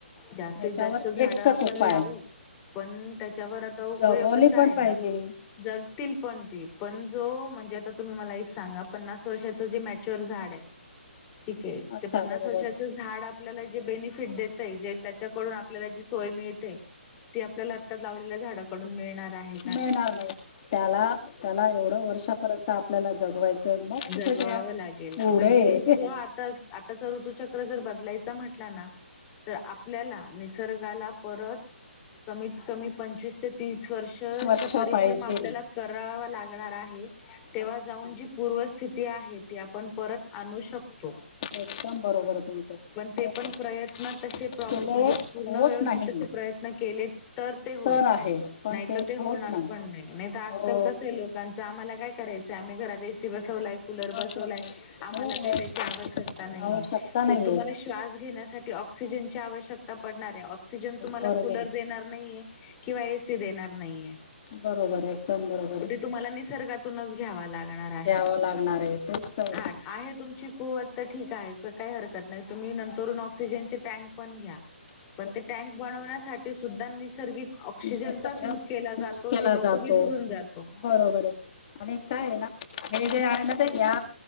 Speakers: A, on the left; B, on the left.
A: जास्तीत
B: ह्याच्यावर
A: जास्त झाड
B: एकच
A: आपण
B: उपाय
A: लावू
B: आहे
A: पण त्याच्यावर आता उपयोग
B: जगवली
A: कसा
B: पण
A: आहे
B: पाहिजे
A: ना जगतील पण ती पण जो म्हणजे आता तुम्ही मला एक सांगा पन्नास वर्षाच जे मॅच्युअर झाड आहे
B: <unintelligible>
A: ठीक आहे
B: अच्छा
A: ते पन्नास
B: बरोबर
A: वर्षाच झाड आपल्याला जे बेनिफिट देत. त्याच्याकडून आपल्याला जी सोय मिळते ती आपल्याला आता लावलेल्या झाड कडून मिळणार आहे.
B: मिळणार नाही त्याला त्याला एवढं वर्षापर्यंत आपल्याला जगवायचं. मग कुठे
A: जगवावं
B: त्या
A: लागेल
B: पुढे
A: म्हणजे जो आता आताच ऋतुचक्र जर बदलायच म्हटला ना तर आपल्याला निसर्गाला परत कमीत कमी पंचवीस तीस वर्ष
B: वर्ष
A: परिश्रम
B: पाहिजे
A: आपल्याला करावा लागणार आहे तेव्हा
B: अगदी
A: जाऊन जी पूर्वस्थिती आहे ती आपण परत आणू शकतो.
B: एकदम बरोबर आहे तुमचं
A: पण ते
B: खरंच
A: पण
B: आहे
A: प्रयत्न तसे प्रॉपर
B: केले
A: म्हणजे पूर्ण
B: होत
A: व्यवस्थित
B: नाही
A: तसे प्रयत्न केले तर ते होईल
B: तर आहे पण
A: नाही तर ते होणार
B: होत
A: पण नाही नाही तर आजकाल
B: हो
A: कसे लोक आम्हाला काय करायच आहे आम्ही ए, सी बसवला, कुलर
B: हो
A: बसवला आहे आम्हाला काय त्याची आवश्यकता नाहीय
B: आवश्यकता नाहीये
A: पण तुम्हाला श्वास घेण्यासाठी ऑक्सिजन ची आवश्यकता पडणार आहे. ऑक्सिजन तुम्हाला
B: बरोबर
A: कुलर देणार? नाहीे किंवा एसी देणार नाहीे.
B: बरोबर आहे. एकदम बरोबर आहे.
A: तुम्हाला निसर्गातूनच घ्यावा लागणार आहे.
B: द्याव लागणार आहे तेच तर
A: हा आहे तुमची कुवत तर ठीक आहे काही हरकत नाही तुम्ही नंतरून ऑक्सिजनचे टँक पण घ्या.
B: <unintelligible>
A: पण ते टँक बनवण्यासाठी सुद्धा नैसर्गिक
B: निसर्ग
A: ऑक्सिजनचाच युज केला
B: यूज
A: जातो
B: केला
A: हे लोक
B: जातो
A: विसरून जातो.
B: बरोबर आहे आणि काय ना हे जे आहे ना ते या